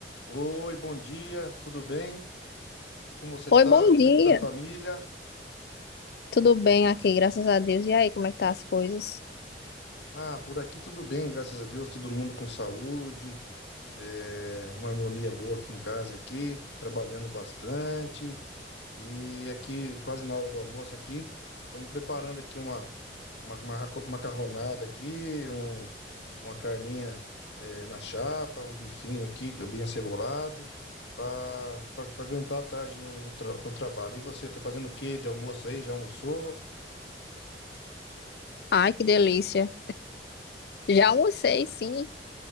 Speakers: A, on the left; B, on the left.
A: Oi, bom dia, tudo bem? Como você
B: Oi,
A: tá?
B: bom
A: Como
B: dia.
A: é que tá a família?
B: Tudo bem aqui, graças a Deus. E aí, como é que tá as coisas?
A: Ah, por aqui tudo bem, graças a Deus, todo mundo com saúde, é, uma harmonia boa aqui em casa aqui, trabalhando bastante. E aqui, quase na hora do almoço aqui, estamos preparando aqui uma, uma, uma macarronada aqui, um, uma carninha eh, na chapa, um bifinho aqui, que é bem acebolado, para aguentar a tarde no, no, tra- no trabalho. E você, tá fazendo o quê de almoço aí? Já almoçou?
B: Ai, que delícia. Já almocei, sim.